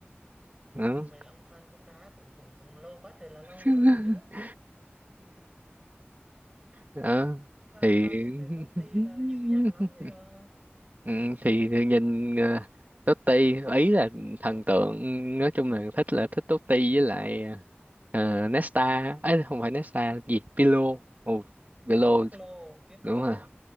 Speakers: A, on the right; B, on the right.
A: Ờ.
B: vậy là ông fan bóng đá cũng cũng cũng lâu quá trời là lâu
A: <laughs>
B: rồi gì nữa
A: Ờ.
B: fan
A: thì
B: fan từ thời Totti
A: <laughs>
B: là dữ dằn lắm chứ đâu
A: Ừ, thì, thì nhìn ờ, Totti ý là thần tượng nói chung là thích là thích Totti với lại ờ, Nesta ấy không phải Nesta gì Pirlo Ồ, Pirlo
B: biết Pirlo Pirlo
A: đúng rồi